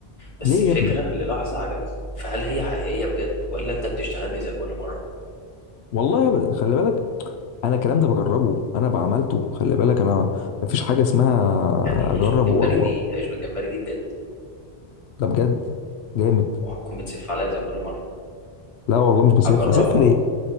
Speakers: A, on the left (about 30°); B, on the left (about 80°).
A: بس
B: ليه
A: الفكره
B: يا ابني
A: للحظه عجبتني فهل هي حقيقيه بجد ولا انت بتشتغلني زي كل مره
B: والله ابدا خلي بالك انا الكلام ده بجربه انا بعملته خلي بالك انا مفيش حاجة اسمها
A: يعني عيش
B: اجرب
A: بالجمبري
B: و... و...
A: دي عيش بالجمبري دي بجد
B: ده بجد جامد
A: وهتكون بتسف عليا زي كل مره
B: لا والله مش بسف
A: هجربها
B: اسف ليه